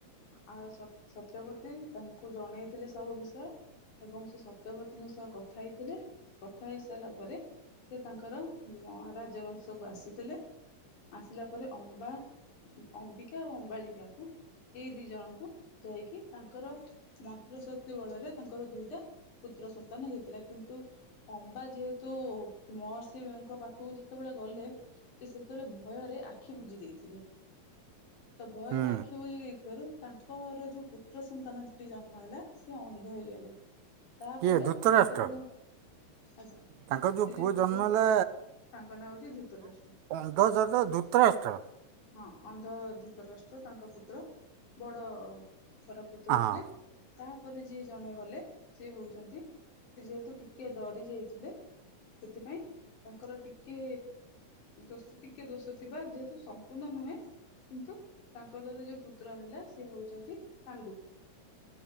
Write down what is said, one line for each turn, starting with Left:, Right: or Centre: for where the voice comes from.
Left: ଆଉ ସତ୍ ସତ୍ୟପତୀ ତାଙ୍କୁ ଜଣେଇଥିଲେ ସବୁ ବିଷୟ ଏବଂ ସେ ସତ୍ୟପତୀଙ୍କ ସହ କଥା ହେଇଥିଲେ କଥା ହେଇସାଇଲା ପରେ ସେ ତାଙ୍କର ମଆ ରାଜବଂଶକୁ ଆସି ତିଲେ ଆସିଲା ପରେ ଅମ୍ବା, ଅମ୍ବିକା ଆଉ ଅମ୍ବାଳିକା କୁ ଏଇ ଦି ଜଣଙ୍କୁ ଯାଇକି ତାଙ୍କର ମନ୍ତ୍ର ଶକ୍ତି ବଳରେ ତାଙ୍କର ଦୁଇଟା ପୁତ୍ର ସନ୍ତାନ ହେଇଥିଲା କିନ୍ତୁ ଅମ୍ବା ଯେହେତୁ ମହର୍ଷିଙ୍କ ପାଖକୁ ଯେତେବେଳେ ଗଲେ ସେ ସେତେଲେ ଭୟରେ ଆଖି ବୁଜି ଦେଇଥି ଲେ ତ ଭୟରେ
Right: ହୁଁ।
Left: ଆଖି ବୁଜି ଏଇଥିବାରୁ ତାଙ୍କ୍ ଙ୍କରେ ଯୋଉ ପୁତ୍ର ସନ୍ତାନଟି ଜନ୍ମ ହେଲା ସେ ଅନ୍ଧ ହେଇଗଲେ। ତାପରେ
Right: କିଏ ଧୃତରାଷ୍ଟ୍ର
Left: ଯେତେବେଳେ ଆଜ୍ଞା
Right: ତାଙ୍କ
Left: ଏ
Right: ପୁଅ
Left: ଯୋଉ ପୁତ୍ର
Right: ଜନ୍ମ
Left: ତାଙ୍କ
Right: ହେଲା
Left: ନାଁ ହଉଛି ଧୁତରାଷ୍ଟ୍ର।
Right: ଅନ୍ଧଜତ ଧୁତରାଷ୍ଟ୍ର।
Left: ହଁ ଅନ୍ଧ ଧୂତରାଷ୍ଟ୍ର ତାଙ୍କ ପୁତ୍ର ବଡ ଙ୍କର ପୁତ୍ର
Right: ହଁ
Left: ଥିଲେ। ତାପରେ ଯିଏ ଜଣେ ଗଲେ ସିଏ ହଉଛନ୍ତି ସେ ଯେହେତୁ ଟିକେ ଡରି ଯାଇଥିଲେ ସେଥିପାଇଁ ତାଙ୍କର ଟିକେ ଦୋଷ୍ ଟିକେ ଦୋଷ ଥିବା ଯେହେତୁ ସମ୍ପୂର୍ଣ୍ଣ ନୁହେଁ କିନ୍ତୁ ତାଙ୍କ ଦ୍ଵାରା ଯୋଉ ପୁତ୍ର ହେଲା ସେ ହଉଛନ୍ତି ପାଣ୍ଡୁ।